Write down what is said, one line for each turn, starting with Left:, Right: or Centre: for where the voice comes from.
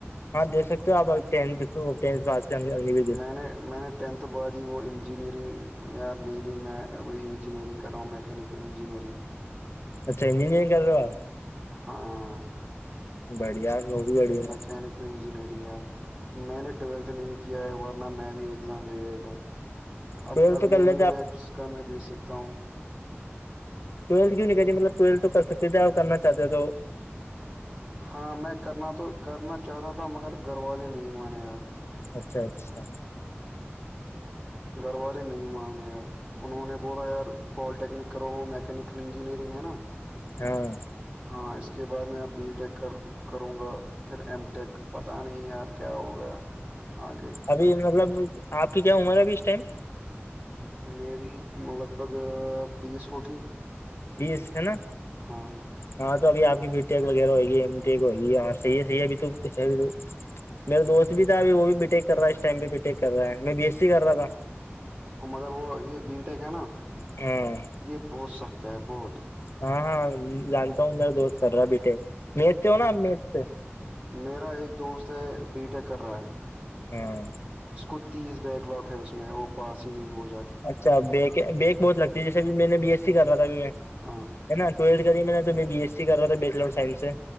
Left: ہاں دے سکتے ہو آپ چے
Right: میں نے میں نے ٹینتھ بعد ہی وہ انجینئرنگ یار لے لی میں بھی انجینئرنگ کر رہا ہوں میکینیکل انجینئرنگ
Left: اچھا یہ نہیں کر رہے ہو آپ
Right: ہاں
Left: بڑھیا وہ بھی بڑھیا
Right: مکانکل انجینیریگا میں نے ٹویلتھ نہیں کیا ہے ورنہ میں بھی ایگزام دے دیا تھا اب
Left: ٹویلتھ
Right: اگنی
Left: تو کر لیتے
Right: ویر
Left: آپ
Right: ہے جس کا میں دے سکتا ہوں
Left: ٹیلتھ کیوں نہیں کہے مطلب ٹولو تو کر سکتے کیا اور کرنا چاہتے ہے تو
Right: ہاں میں کرنا تو کرنا چاہتا تھا مگر گھر والے نہیں مانے یار
Left: اچھا اچھا
Right: گھر والے نہیں ماننے یار انہوں نے بولا یار پالیٹیکنک کرو وہ میکینیکل انجینئرنگ ہے نا
Left: ہاں
Right: ہاں اس کے بعد میں اب بی ٹیک کر کروں گا پھر ایم ٹیک پتا نہیں یار کیا ہوگا آگے
Left: ابھی مطلب آپ کی کیا عمر ہے ابھی اس ٹائم
Right: میری لگ بھگ بیس ہوگی
Left: بیس ہے نا
Right: ہاں
Left: ہاں تو ابھی آپ کی بی یک وغیرہ ہوئےگی ایم یک ہوگی ہاں صحی ہے صحیح ابھی تو ہے میرا دوست بھی تھا ابھی وہ بھی بی ٹیک کر رہا ہے اسٹائم پہ بی ٹیک کر رہا ہے میں بی ایس سی کر رہا تھا
Right: مگر وہ یہ بیٹیک ہے نا
Left: ہاں
Right: یہ بہت سخت ہے بہت
Left: ہاں ہاں جانتا ہوں میرا دوست سر رہا بیٹے میت سے ہو نا ا میز سے
Right: میرا ایک دوست ہے بی ٹیک کر رہا ہے
Left: ہاں
Right: اس کو تیس بیک لگ ہے اس میں وہ پاس ہی نہیں ہو رہی
Left: اچھا بیک بیک بہت لگتی ہے جیسے ا میں نے بی ایس سی کر رہا تھا ابھی میں
Right: ہاں
Left: ہےا ٹویلتھ کری میں نے تو میں بی ایس سی کرا تھا بیچلر سائنس سے